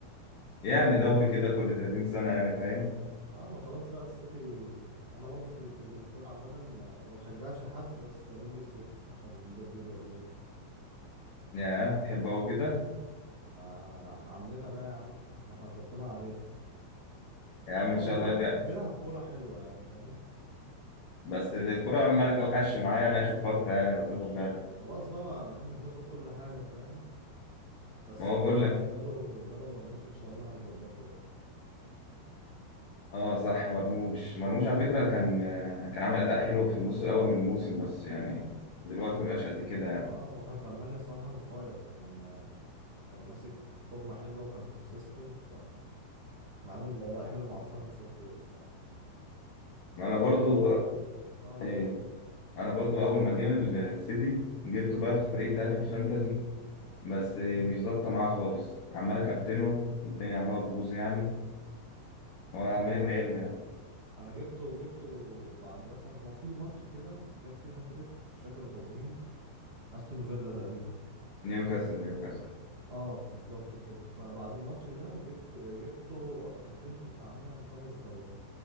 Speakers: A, on the left; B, on the right.
A: يعني دوري كده كل 30 سنة يعني فاهم
B: اه ما خلاص بقى السيتي انا برضو في في انجلترا عامة آه، ما بشجعش حد بس بميل للسيتي عشان بيب جوارديولا
A: يا
B: ف
A: تحب هو كده
B: آه، عمنا ده يا عم ده احنا اتربينا عليه
A: يا عم
B: برضه
A: ان شاء
B: بيلعب
A: الله يرجع
B: بيلعب كورة حلوة يعني فاهم
A: بس الكرة عمالة توحش معايا يعني اخر فترة يعني لو تاخد بالك
B: خلاص بقى ما ما حدش بياخد كل حاجة فاهم بس
A: ما هو
B: جالنا
A: بقول لك
B: جاله جاله مرموش ان شاء الله هيظبطه بقى
A: اه صح مرموش مرموش على فكرة كان كان عامل اداء حلو في النص الاول من الموسم بس يعني دلوقتي ما بقاش قد كده يعني
B: اه هو كان في المانيا الصراحه منفاير كان آه، كان ماسك فورمه حلوه وكان كونسيستنت فكان عامل اداء حلو مع فرانكفورت يعني
A: ما انا برضو
B: طيب اه آه، قول
A: ايه
B: قول
A: انا برضو اول ما جه السيتي جبته بقى في الفريق بتاعي في الفانتازي بس مش
B: امم
A: ظابطة معاه خالص عمال اكابتنه الدنيا عمالة تبوظ يعني وعمالين
B: انا
A: نقل يعني
B: انا جبته جبته بعد مثلا هو في ماتش كده جاب فيه هاتريك مش فاكر قصاد مين استون فيلا تقريبا
A: نيوكاسل نيوكاسل
B: اه بالظبط كده فبعد الماتش ده جبت جبته كابتنته بتاع مثلا خمس جولات